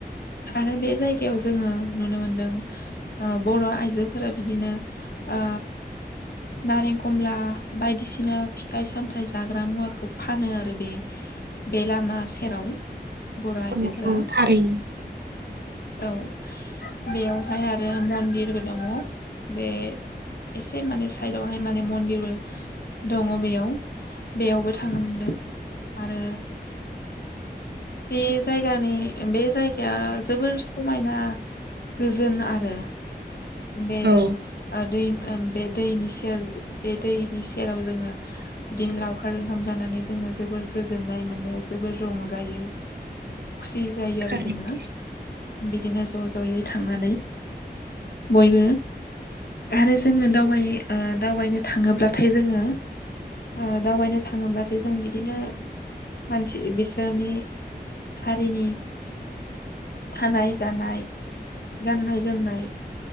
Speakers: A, on the left; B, on the right.
A: आरो बे जायगायाव जोङो नुनो मोनदों ओ बर' आइजोफोरा बिदिनो ओ। नारें खमला बायदिसिना फिथाइ सामथाइ जाग्रा मुवाखौ फानो आरो बे बे लामा सेराव। बर' आइजोफोरा
B: औ औ थारै।
A: औ बेयावहाय आरो मन्दिरबो दङ। बे एसे माने साइदावहाय माने मन्दिरबो दङ बेयाव बेयावबो थांनो मोनदों आरो बे जायगानि ओ-बे जायगाया जोबोर समायना। गोजोन आरो बे
B: औ
A: ओ-दै ओं बे दैनि सेर बे दैनि सेराव जोङो बिदिनो लावखार ओंखाम जानानै जों। जोबोर गोजोननाय मोनो जोबोर रंजायो। खुसि जायो
B: थारैनो
A: आरो जोङो। बिदिनो ज' ज'यै थांनानै बयबो आरो जोङो दावबाय ओ- दावबायनो थाङोब्लाथाय जोङो ओ- दावबायनो थाङोब्लाथाय जों बिदिनो मानसि बिसोरनि हारिनि थानाय जानाय गाननाय जोमनाय